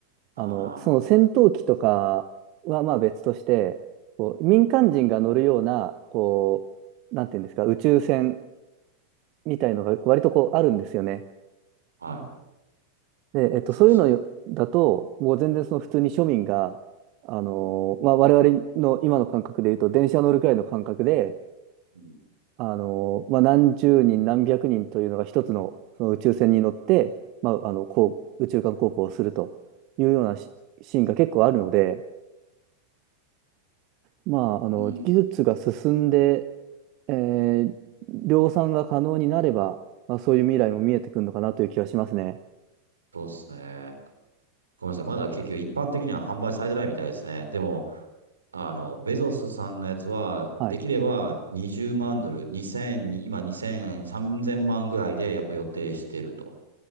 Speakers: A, on the right (about 40°); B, on the right (about 75°).
A: あの、
B: あ
A: その戦闘機とかはまあ別として、こう民間人が乗るような、こう、なんていうんですか、宇宙船みたいのが割とこうあるんですよね。
B: あ、はい。
A: で、えっと、
B: そうっすよ。
A: そういうのだと、もう全然その普通に庶民が、あのーまあ、我々の今の感覚で言うと、電車乗るくらいの感覚で、
B: うん。
A: あのーまあ、何十人、何百人というのが一つの、その宇宙船に乗って、まあ、あの、こう、宇宙間航行をするというようなシシーンが結構あるので、まあ、あの、
B: うん。
A: 技術が進んで、えー量産が可能になれば、まあ、そういう未来も見えてくるのかなという気がしますね。
B: そうっすね。ごめんなさい。まだ結局一般的には販売されてないみたいですね。でも、あの、ベゾスさんのやつは、
A: はい。
B: できれば20万ドル、2 0 0今2000、3000万ぐらいでやっぱ予定してると。